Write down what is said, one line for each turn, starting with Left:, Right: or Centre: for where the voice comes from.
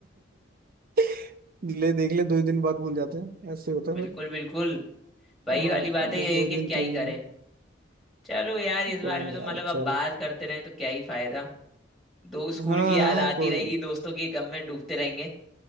Right: <laughs> ले देख ले दो ही दिन बाद भूल जाते हैं ऐसे होता है
Centre: बिल्कुल
Right: फिर
Centre: बिल्कुल वही
Right: हाँ,
Centre: वाली बात है ये
Right: एक दो
Centre: लेकिन
Right: दिन
Centre: क्या
Right: तीन
Centre: ही करें
Right: दिन
Centre: चलो यार इस बारे
Right: कोई नहीं
Centre: में तो मतलब
Right: यार
Centre: अब
Right: चल
Centre: बात करते रहे तो क्या ही फायदा दो स्कूल
Right: हाँ
Centre: की याद आती
Right: कोई
Centre: रहेगी दोस्तों की गम में डूबते रहेंगे